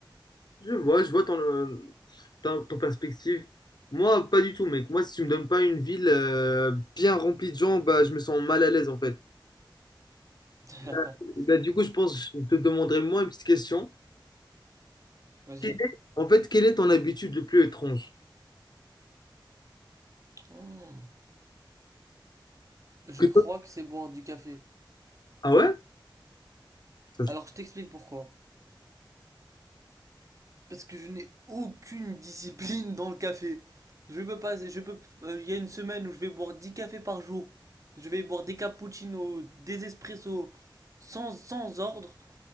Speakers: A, on the left; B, on the right.
A: Je vois, je vois ton, euh, ton, ton perspective. Moi, pas du tout, mec. Moi, si tu me donnes pas une ville euh, bien remplie de gens, bah, je me sens mal à l'aise en fait.
B: <laughs>
A: Bah, bah, du coup, je pense que je te demanderai moi une petite question.
B: Vas-y.
A: Quelle est- en fait, quelle est ton habitude le plus étrange?
B: Hmm. Je
A: Que
B: crois
A: toi-
B: que c'est boire du café.
A: Ah ouais? Ça, c'est-
B: Alors je t'explique pourquoi. Parce que je n'ai aucune discipline dans le café. Je peux pas, je peux, euh, il y a une semaine où je vais boire 10 cafés par jour. Je vais boire des cappuccinos, des espressos, sans, sans ordre.